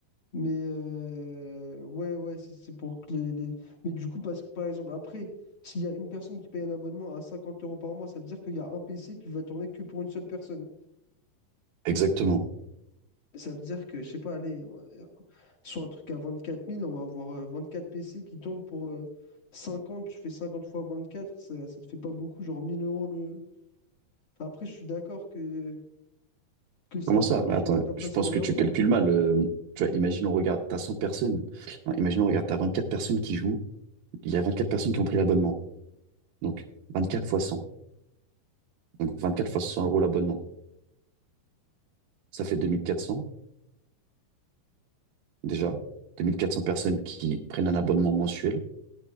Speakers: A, on the left (about 50°); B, on the right (about 75°).
A: Mais euh, ouais, ouais, c'est c'est pour que les, les- Mais du coup, parce que par exemple, après, s'il y a une personne qui paye un abonnement à 50 euros par mois, ça veut dire qu'il y a un PC qui va tourner que pour une seule personne.
B: Exactement.
A: mais Ça veut dire que, je sais pas, allez. soit un truc à vingt-quatre mille, on va avoir euh, 24 PC qui tournent pour euh, 50. Tu fais 50 fois 24, ça, ça te fait pas beaucoup, genre 1000 euros le. Après, je suis d'accord que, que c'est
B: Comment
A: un
B: ça?
A: truc
B: Mais
A: qui
B: attends,
A: rentre comme
B: je
A: ça sans
B: pense
A: rien
B: que tu
A: faire.
B: calcules mal. euh, tu vois, imagine, on regarde, t'as 100 personnes. Non, imagine, on regarde, t'as 24 personnes qui jouent. Il y a 24 personnes qui ont pris l'abonnement. Donc, 24 fois 100. Donc, 24 fois 100 euros l'abonnement. Ça fait 2400, déjà. 2400 personnes qui prennent un abonnement mensuel.